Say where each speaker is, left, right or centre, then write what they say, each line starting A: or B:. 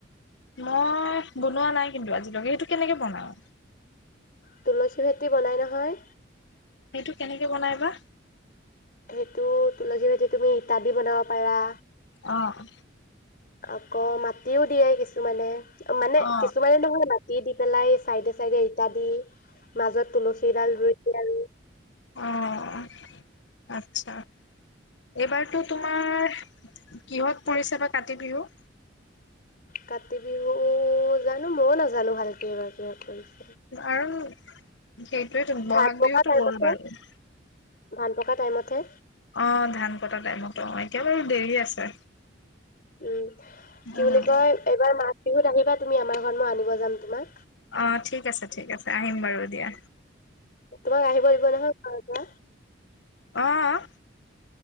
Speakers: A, on the left; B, on the left.
A: মই বনোৱা নাই কিন্তু আজিলৈকে সেইটো কেনেকে বনাওঁ।
B: তুলসী ভেতি বনাই নহয়।
A: এইটো কেনেকে বনাইবা?
B: সেইটো তুলসী ভেতি তুমি ইতাদি বনাব পাৰা।
A: আহ',
B: আকৌ মাটিও দিয়ে কিছুমানে। মানে
A: অ
B: কিছুমানে নহয় বাকী দি পেলাই চাইডে - চাইডে ইটা দি মাজত তুলসীডাল ৰুই দিয়ে আৰু
A: আহ', আচ্ছা। এইবাৰতো তোমাৰ কিহত পৰিছে বা কাতি বিহু?
B: কাতি বিহু জানো মইও নাজানো ভালকেবাৰ কিহত পৰিছে।
A: আৰু সেইটোয়ো বহাগ
B: ধান পকা
A: বিহুতটো
B: টাইমতহে
A: গ'ল বাৰু
B: ধান পকা টাইমতহে।
A: অ ধান কটা টাইমতো অ এতিয়া বাৰু দেৰি আছে
B: উম কি
A: উম
B: বুলি কয় এইবাৰ মাঘ বিহুত আহি। তুমি আমাৰ ঘৰ আনিব যাম তোমাক।
A: অ ঠিক আছে ঠিক আছে আহিম বাৰু। দিয়া।
B: তোমাক আহিব দিব নহয় ঘৰ পৰা।
A: আহ